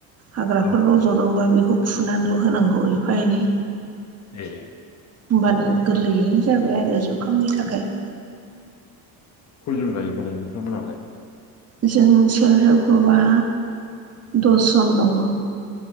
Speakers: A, on the right; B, on the left.
A: हाग्राफोर
B: औ
A: रज'दोंबा बेखौ फुनानैल' होनांगौ एफा एनै
B: ए
A: होमबानो गोरलैयै जाबाय आरो जुखामनि थाखाय
B: रों लायोबालाय नोंथांमोनालाय
A: जों सेल्फ हेल्प ग्रुपआ दसजन दङ